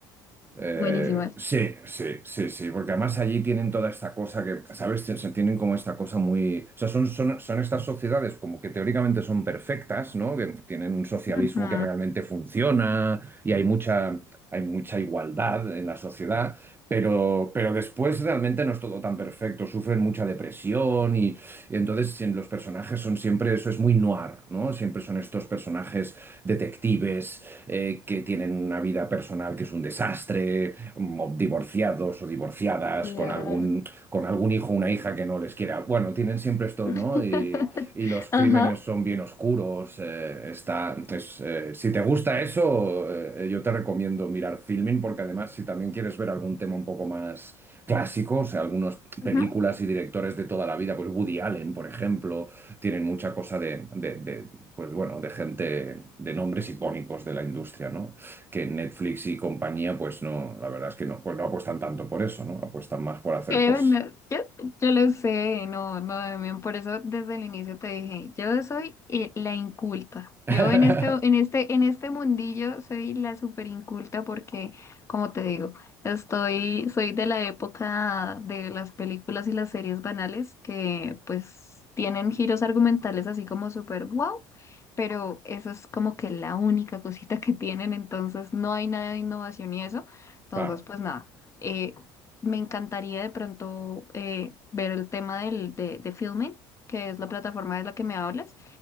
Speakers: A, on the right; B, on the left.
A: Eh,
B: Buenísimas.
A: sí, sí, sí, sí, porque además allí tienen toda esta cosa que, ¿sabes? Tien- se Tienen como esta cosa muy... O sea, son, son, son estas sociedades como que teóricamente son perfectas, ¿no? Que tienen un socialismo
B: Ujú.
A: que realmente funciona y hay mucha, hay mucha igualdad en la sociedad, pero, pero después realmente no es todo tan perfecto, sufren mucha depresión y, y entonces en los personajes son siempre, eso es muy noir, ¿no? Siempre son estos personajes detectives eh, que tienen una vida personal que es un desastre, mo- divorciados o divorciadas,
B: La-
A: con algún, con algún hijo o una hija que no les quiera. Bueno, tienen siempre estos,
B: <laughs>
A: ¿no? Y, y los crímenes
B: Ajá.
A: son bien oscuros. eh, está, entonces, eh, si te gusta eso, eh, yo te recomiendo mirar Filming, porque además, si también quieres ver algún tema un poco más clásico, o sea, algunas
B: Ujú.
A: películas y directores de toda la vida, pues Woody Allen, por ejemplo, tienen mucha cosa de, de, de pues bueno, de gente, de nombres icónicos de la industria, ¿no? Que Netflix y compañía, pues no, la verdad es que no, pues no apuestan tanto por eso, ¿no? Apuestan más por hacer
B: Eh,
A: cosas.
B: no, yo, yo lo sé, no, no, Damián, por eso desde el inicio te dije, yo soy eh, la inculta. Yo
A: <laughs>
B: en este, en este, en este mundillo soy la super inculta porque, como te digo, estoy, soy de la época de las películas y las series banales que pues tienen giros argumentales así como super wow, pero eso es como que la única cosita que tienen, entonces no hay nada de innovación y eso. Entonces,
A: Claro.
B: pues nada eh, me encantaría de pronto eh, ver el tema del, de, de Filmin, que es la plataforma de la que me hablas.